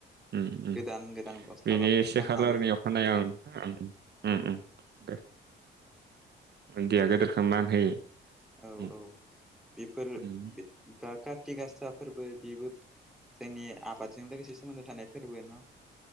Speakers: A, on the right (about 55°); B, in the centre.
A: बेनि
B: गोदान गोदान गस्ला
A: एसे
B: गाननानै
A: खालारनियाव खानाय ओम
B: औ
A: ओम दे
B: बिदिनो
A: उन्दैआ गेदेरखौ मान होयो
B: औ
A: उम
B: औ बेफोर
A: उम
B: बा कारति गासाफोरबो बेबो जोंनि आबादजों लोगोसे सोमोन्दो थानाय फोरबो न'